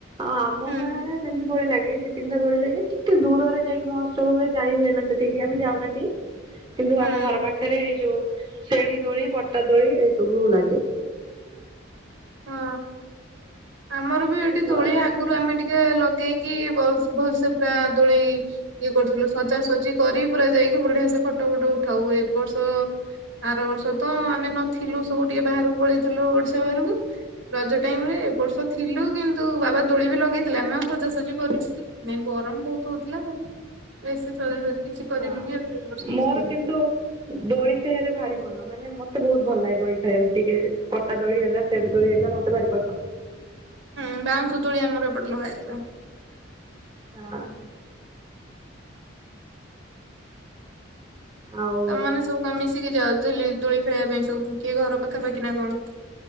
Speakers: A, on the right (about 20°); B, on the right (about 75°).
A: ଆଉ ଆମ
B: ହୁଁ।
A: ଗାଁରେ ସେମିତି ଦୋଳି ଲାଗେ ଦିତିନିଟା ଦୋଳି ଲାଗେ ଟିକେ ଦୁରରେ ଯାଇକି ମହୋତ୍ସବ ହୁଏ ଯାଇ ହୁଏନା ସେଠିକି ଆମେ ଯାଉନା କେହି। କିନ୍ତୁ
B: ହୁଁ
A: ଆମ ଘର ପାଖରେ ଏଇ ଯୋଉ ସେଡି ଦୋଳି ପଟା ଦୋଳି ଏଇ ସବୁ ଲାଗେ।
B: ହଁ ଆମର ବି ଏଠି
A: ଓହୋ
B: ଦୋଳି ଆଗ ରୁ ଆମେ ଟିକେ ଲଗେଇକି ଭଲ ଭଲସେ ପୁରା ଦୋଳି ଇଏ କରୁଥିଲୁ ସଜାସଜି କରି ପୁରା ଯାଇକି ପୁରା ଢିଆସ ଫଟ ଫଟ ଉଠାଉ ଏ ବର୍ଷ ଆର ବର୍ଷ ତ ଆମେ ନଥିଲୁ ସବୁ ଟିକେ ବାହାରକୁ ପଳେଇଥିଲୁ ଓଡିଶା ବାହାରକୁ। ରଜ ଟାଇମ୍ ରେ ଏବ ବର୍ଷ ଥିଲୁ କିନ୍ତୁ ତୁ ବାବା ଦୋଳି ବି ଲଗେଇଥିଲେ ଆମେ ଆଉ ସଜାସଜି କରିଛୁ ଗରମ ବହୁତ ହଉଥିଲା ଆଉ। ବେଶୀ ସଜା ସଜି କିଛି କରିନୁ
A: ହଁ
B: କି ଏ ବର୍ଷ କିଛି
A: ମୋର
B: ହେଇନି
A: କିନ୍ତୁ ଦୋଳି ଖେଳିବାରେ ଭାରି ମନ। ମାନେ ମତେ ବହୁତ ଭଲ ଲାଗେ ଦୋଳି ଖାଇବାକୁ ଟିକେ କଟା ଦୋଳି ହେଲା ସେଢ ଦୋଳି ହେଲା ମତେ ଭାରି ପସନ୍ଦ।
B: ହୁଁ ବାଉଁଶ ଦୋଳି ଆମର ଏପଟେ ଲଗା ହେଥିଲା।
A: ହଁ। ହଁ ଆଉ
B: ତମେମାନେ ସବୁ କାମ ମିଶିକି ଯାଉଅଲି ଦୋଳି ଖେଳିବା ପାଇଁ ସବୁ କିଏ ଘର ପାଖାପାଖି ନା କଣ।